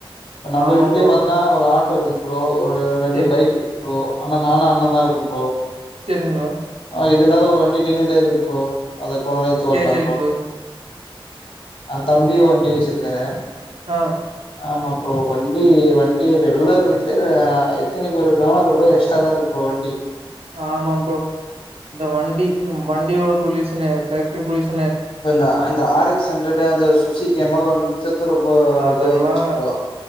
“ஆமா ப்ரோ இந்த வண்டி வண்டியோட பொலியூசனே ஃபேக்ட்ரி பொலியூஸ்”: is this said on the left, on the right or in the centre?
Right